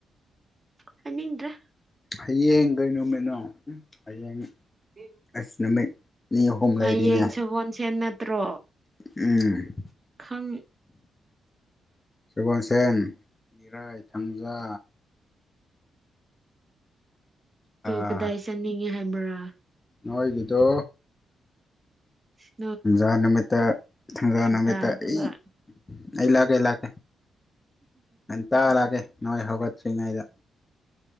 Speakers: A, on the right; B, on the left.
A: ꯍꯥꯏꯅꯤꯡꯗ꯭ꯔꯦ
B: ꯍꯌꯦꯡ ꯀꯩ ꯅꯣꯃꯤꯠꯅꯣ ꯍꯌꯦꯡ
A: <unintelligible>
B: ꯑꯁ ꯅꯨꯃꯤꯠ ꯑꯅꯤ ꯑꯍꯨꯝ ꯂꯩꯔꯤꯅꯦ
A: ꯍꯌꯦꯡ ꯁꯒꯣꯜꯁꯦꯟ ꯅꯠꯇ꯭ꯔꯣ
B: ꯎꯝ
A: ꯈꯪ
B: ꯁꯒꯣꯟꯁꯦꯟ ꯏꯔꯥꯏ ꯊꯥꯡꯖꯥ
A: ꯇꯣ
B: ꯑꯥ
A: ꯀꯗꯥꯏ ꯆꯠꯅꯤꯡꯉꯦ ꯍꯥꯏꯕ꯭ꯔꯥ
B: ꯅꯣꯏꯒꯤꯗꯣ
A: ꯎ
B: ꯊꯥꯡꯖꯥ ꯅꯨꯃꯤꯠꯇ ꯊꯥꯡꯖꯥ
A: ꯁꯛꯇꯥ
B: ꯅꯨꯃꯤꯠꯇ
A: ꯑꯗꯨꯒ
B: ꯑꯩ ꯑꯩ ꯂꯥꯛꯀꯦ ꯑꯩ ꯂꯥꯛꯀꯦ ꯉꯟꯇ ꯂꯛꯀꯦ ꯅꯣꯏ ꯍꯧꯒꯠꯇ꯭ꯔꯤꯉꯩꯗ